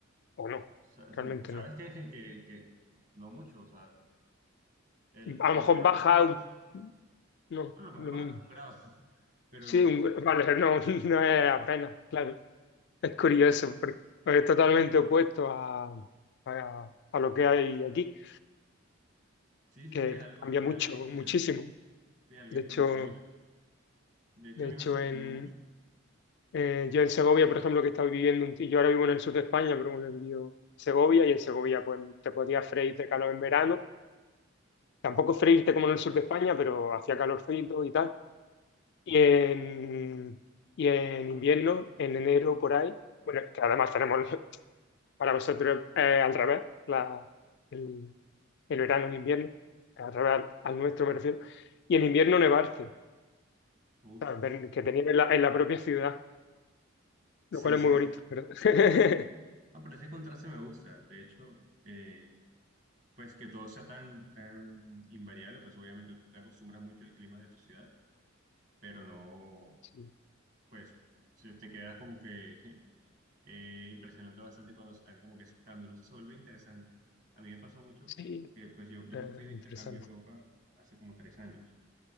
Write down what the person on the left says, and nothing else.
o no,
realmente
no.
A
lo mejor
baja,
un- no,
lo
mismo.
Sí, un- vale, no, <laughs> no es apenas, claro. Es curioso,
porque es totalmente opuesto a, a, a lo que hay aquí.
que
cambia
mucho,
muchísimo.
De
hecho,
de
hecho
en,
eh, yo en Segovia, por ejemplo, que estaba viviendo, un, y yo ahora vivo en el sur de España, pero bueno, he vivido en Segovia y en Segovia pues te podías freír de calor en verano. Tampoco freírte como en el sur de España, pero hacía calorcito y tal. Y en, y en invierno, en enero por ahí, bueno, que además tenemos <laughs> para vosotros eh, al revés, la, el, el verano, el invierno, al revés al al nuestro me refiero, y en invierno nevarse.
¿sabes? Ver que tenían en la, en la propia ciudad,
lo cual
es muy bonito,
¿verdad? <laughs>
Sí,
sí,
eh,
interesante.